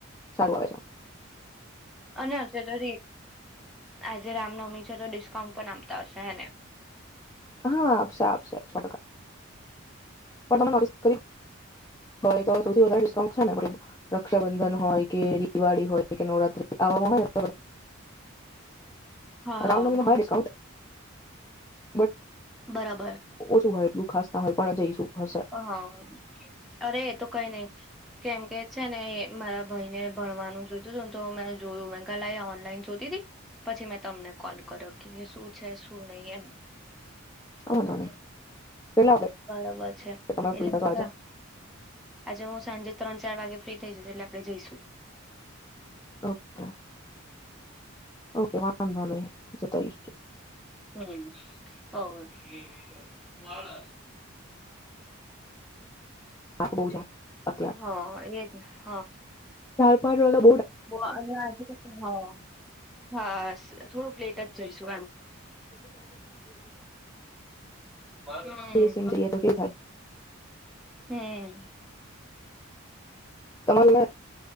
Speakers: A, on the left; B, in the centre.
A: સારું આવે
B: અને અત તો આજે રામનવમી તો ડિકાઉન્ટ પણ આપતા હશે હે ને
A: હા આપશે આપશે સો ટકા પણ તમે નોટિક કરિયું સૌથી વધારે ડીસકાઉન્ટ ડિસ્કાઉન્ટ છે ને રક્ષાબંધન હોય કે દિવાળી હોય કે નવરાત્રી આવામાં હોય ને
B: હા
A: રામનાવમી મા હોયે ડિસ્કાઉન્ટ બટ
B: બરાબર
A: ઓછુ હોય એટલું ખાસ ત <unintelligible> પણ જઈશું હશે
B: હા અરે એ તો કઈ નહી કેમ કે છે ને મારા ભાઈને ભણવાનું જોતું હતુંને તો મે જોયું લયે ઓનલાઈન જોતી હતી પછી મેં તમને કોલ કર્યો કે શું છે શું નહી એમ
A: અ વાંધો નહી કેટલા વાગે
B: બરોબર છે
A: તમે
B: એટલે
A: ફ્રી થશો આજે
B: આજે હું સાંજે ત્રણ ચાર વાગે ફ્રી થઇ જશ એટલે આપડે જઈશું
A: ઓકે ઓકે વામંધો નહીં જતા અઈશ
B: હમ્મ
A: તાપ બહુ છે અત્યારે
B: હા એજને હ
A: પર
B: <unintelligible> થોડુંક લેટ જઈશું એમ હમ
A: એ સિમ થઈએ તો કેવ થાય
B: હમ્મ
A: તમારું